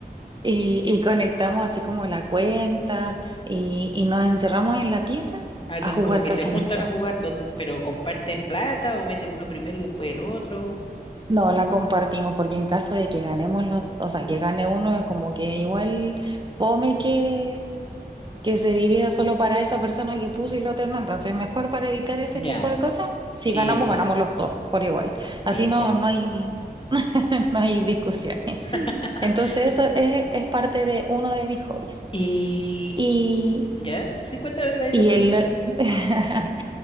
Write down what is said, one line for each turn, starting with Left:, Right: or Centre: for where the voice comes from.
Right: y, y conectamos así como la cuenta y, y nos encerramos en la pieza
Left: Ah, entonces
Right: a jugar
Left: como que
Right: casinito.
Left: se juntan a jugar, los- pero comparten plata o mete uno primero y después el otro.
Right: No, la compartimos porque en caso de que ganemos los, o sea, que gane uno es como que igual fome que, que se divida solo para esa persona que puso y la otra no. Entonces, mejor para evitar ese
Left: Ya,
Right: tipo de cosas, si
Left: sí,
Right: ganamos,
Left: sí,
Right: ganamos los dos por igual. Así
Left: sí, es
Right: no,
Left: cierto.
Right: no hay, <laughs> no hay discusiones.
Left: <laughs>
Right: <laughs> Entonces, eso es, es parte de uno de mis hobbies.
Left: Y...
Right: y
Left: ¿Ya? Sí, cuéntame, de ahí
Right: y
Left: te pregunto.
Right: el,
Left: <laughs>
Right: <laughs>